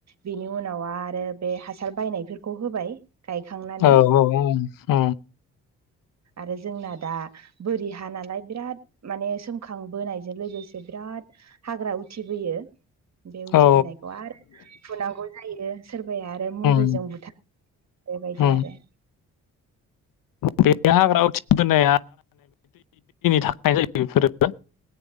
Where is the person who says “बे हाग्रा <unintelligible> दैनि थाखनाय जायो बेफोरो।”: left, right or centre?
Left